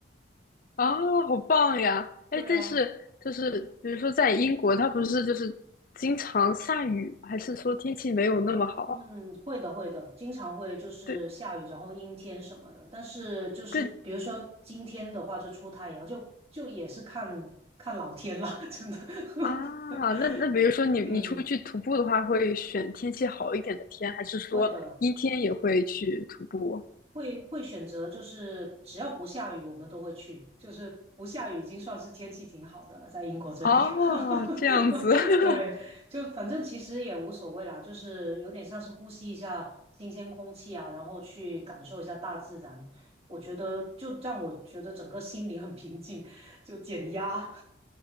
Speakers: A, on the left (about 50°); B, on the right (about 35°).
A: 啊，好棒呀！
B: <laughs> 对啊。
A: 哎，但是就是比如说在英国，它不是就是经常下雨，还是说天气没有那么好？
B: 嗯，会的，会的，经常会就是下雨，
A: 对
B: 然后阴天什么的。但是就是比如说今天的话，
A: 对
B: 就出太阳，就就也是看看老天啦，<laughs> 真的。<laughs>
A: 啊，那那比如说你你出去徒步的话，
B: 嗯，
A: 会选天气好一点的天，还是说阴天也会去徒步？
B: 会的。会会选择，就是只要不下雨，我们都会去。就是不下雨已经算是天气挺好的了，在英国这里。
A: 哦，这样子，
B: <laughs>
A: <laughs>
B: 对，就反正其实也无所谓啦，就是有点像是呼吸一下新鲜空气啊，然后去感受一下大自然。我觉得就让我觉得整个心灵很平静，就减压。